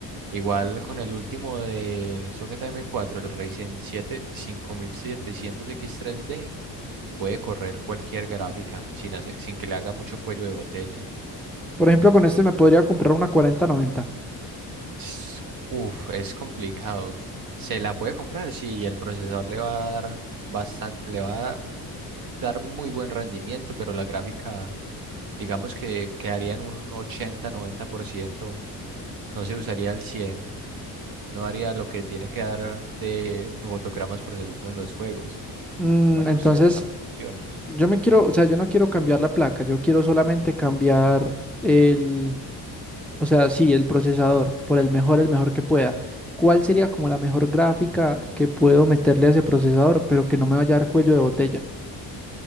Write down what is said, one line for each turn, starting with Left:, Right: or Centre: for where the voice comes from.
Right: Igual con el último del socket M4, el Ryzen 7 5700X3D. puede correr cualquier gráfica sin, hacer- sin que le haga mucho cuello de botella.
Centre: Por ejemplo, con este me podría comprar una 4090.
Right: S- Uf, es complicado. Se la puede comprar si el procesador le va a dar bastante, le va a dar muy buen rendimiento, pero la gráfica, digamos que quedaría en un ochenta noventa por ciento no se usaría el cien no daría lo que tiene que dar de fotogramas por segundo en los juegos
Centre: Mm,
Right: o en
Centre: entonces,
Right: los, en las aplicaciones.
Centre: yo me quiero, o sea, yo no quiero cambiar la placa, yo quiero solamente cambiar el, o sea, sí, el procesador por el mejor, el mejor que pueda. ¿Cuál sería como la mejor gráfica que puedo meterle a ese procesador, pero que no me vaya a dar cuello de botella?